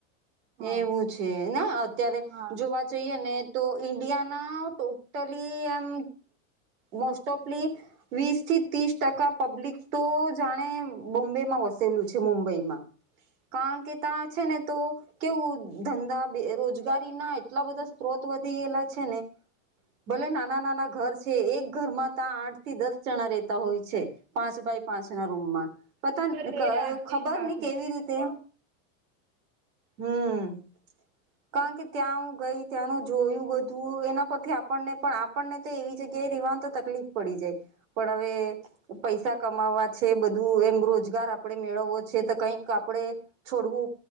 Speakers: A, on the right (about 50°); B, on the right (about 80°).
A: હા
B: એવું છે ના અત્યારે
A: હા
B: જોવા જઈને તો ઈન્ડિયાના ટોટલી એમ મોસ્ટોપલી વીસ થી ત્રીસ ટકા પબ્લિક તો જાણે બોમ્બેમાં વસેલું છે, મુંબઈમાં કારણ કે ત્યાં છે ને તો કેવું ધંધા, બેરોજ- -ગારીના એટલા બધા સ્ત્રોત વધી ગયેલા છે ને, ભલે નાના-નાના ઘર છે એક ઘરમાં તો આઠ થી દસ જણા રેતા હોય છે. પાંચ બાય પાંચ ના રૂમમાં પતા
A: રે આ
B: ખબર
A: એજ વાત
B: ને
A: છે
B: કેવી રીતે હમ કારણકે ત્યાં હું ગઈ ત્યાંનું જોયું બધું એના પરથી આપણને પણ આપણને તો એવી જગ્યાએ રેવાનું તો તકલીફ પડી જાય. પણ હવે, પૈસા કમાવવા છે, બધું એમ રોજગાર આપણેે મેળવવો છે તો કઈક આપડે છોડવું....